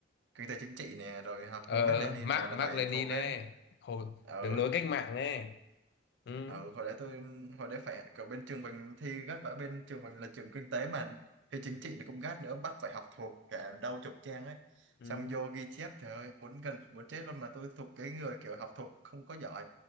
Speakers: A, on the right; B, on the left.
A: kinh tế chính trị nè rồi học
B: ờ
A: môn Mác Lênin
B: ờ, Mark
A: nè là
B: Mark
A: phải
B: Lenin
A: thuộc
B: này
A: ấy
B: hồi
A: ừ
B: đường lối cách mạng này ừ.
A: ừ, hồi đấy tôi hồi đấy phải ở bên trường mình thi gắt vả bên trường mình là trường kinh tế mà thi chính trị nó cũng gắt nữa bắt phải học thuộc cả đau chục trang ấy
B: Ừ.
A: xong vô ghi chép trời ơi muốn gần muốn chết luôn mà tôi thuộc cái người kiểu học thuộc không có giỏi